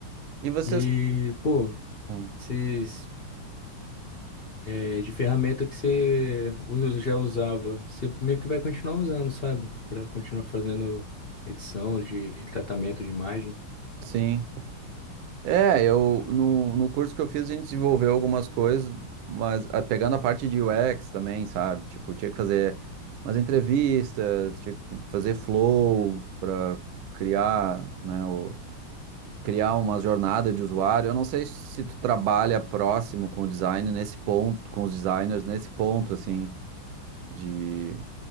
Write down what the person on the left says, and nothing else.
E, pô,
vocês é, de ferramenta que você usa- já usava, você meio que vai continuar usando, sabe? Para continuar fazendo edição de tratamento de imagem.